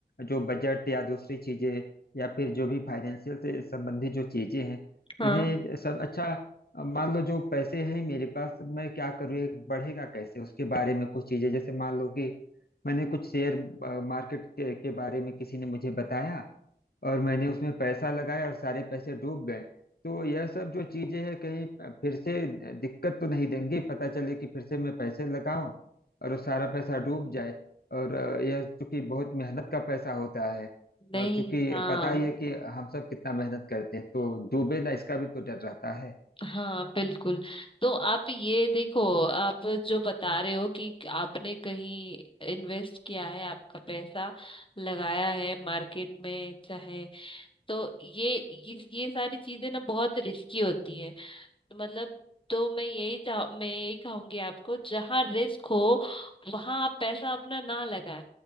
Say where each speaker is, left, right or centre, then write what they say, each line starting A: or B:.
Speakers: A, on the left; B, on the left.
A: जो बजट या दूसरी चीजें या फिर जो भी फाइनेंशियल से संबंधित जो चीजें हैं
B: हाँ
A: इन्हें सब अच्छा अ, मान लो जो पैसे हैं मेरे पास मैं क्या करूँ ये बढ़ेगा कैसे उसके बारे में कुछ चीजें जैसे मान लो कि मैंने कुछ शेयर अ, मार्केट के, के बारे में किसी ने मुझे बताया और मैंने उसमें पैसा लगाया और सारे पैसे डूब गए तो यह सब जो चीजें हैं कहीं प- फिर से दिक्कत तो नहीं देंगी पता चले कि फिर से मैं पैसे लगाऊं और वो सारा पैसा डूब जाए और अ, यह चूंकि बहुत मेहनत का पैसा होता है
B: नहीं
A: और चूंकि
B: हाँ
A: पता ही है कि हम सब कितना मेहनत करते हैं तो डूबे ना इसका भी तो डर रहता है
B: हाँ बिल्कुल तो आप ये देखो आप जो बता रहे हो कि आपने कहीं इन्वेस्ट किया है आपका पैसा लगाया है मार्केट में चाहे तो ये ये ये सारी चीजें ना बहुत रिस्की होती है मतलब तो मैं यही चाह मैं यही कहूंगी आपको जहां रिस्क हो वहां आप पैसा अपना ना लगाएं